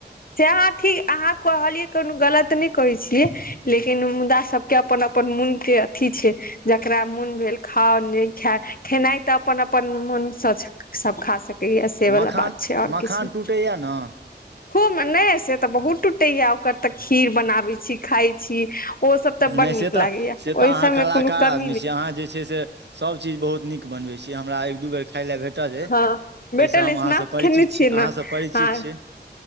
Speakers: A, on the left; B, on the right.
A: से अहाँ ठीक अहाँ कहलियै कोनो गलत नहि कहै छियै लेकिन मुदा सब के अपन अपन मन के अथी छै जेकरा मन भेल खाउ नहि खाय खेनाइ तऽ अपन अपन मन सँ सब खा सकै से वाला
B: मखान
A: बात छै आओर
B: मखान
A: किछु नहि
B: टूटैए ने
A: हम नहि से तऽ बहुत टूटेया आब ओकर तऽ खीर बनाबै छी खाय छी ओ सब तऽ
B: नहि
A: बड्ड नीक
B: से तऽ
A: लागे या
B: से तऽ
A: ओहि
B: अहाँ
A: सब
B: कलाकार
A: मे कोनो कम
B: अहाँ जे छै से सब चीज बहुत नीक बनबै छी हमरा एक दू बेर खाय ले भेट ल ऐ
A: हँ भेटल
B: ताहिसँ हम
A: अछि
B: अहाँ
A: ने
B: सब परिचित
A: खेने
B: छी
A: छियै
B: अहाँ
A: ने
B: सँ परिचित
A: हँ
B: छीयै